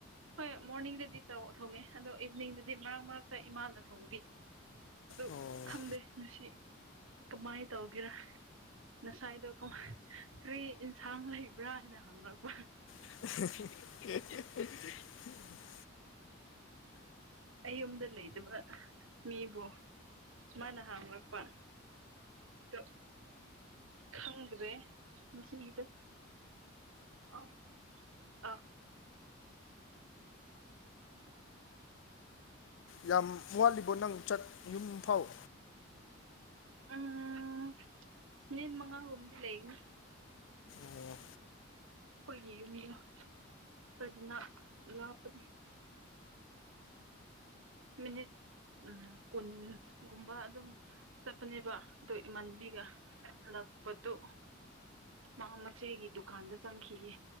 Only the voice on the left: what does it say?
ꯑꯣ
<unintelligible>
ꯌꯥꯝ ꯋꯥꯠꯂꯤꯕꯣ ꯅꯪ ꯆꯠ ꯌꯨꯝ ꯐꯥꯎ
ꯑꯣ